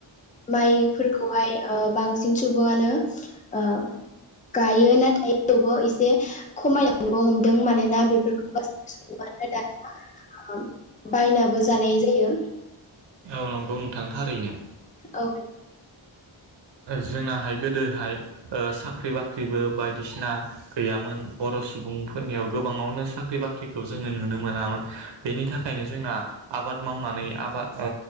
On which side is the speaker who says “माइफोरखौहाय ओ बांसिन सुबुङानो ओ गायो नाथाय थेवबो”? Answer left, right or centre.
Left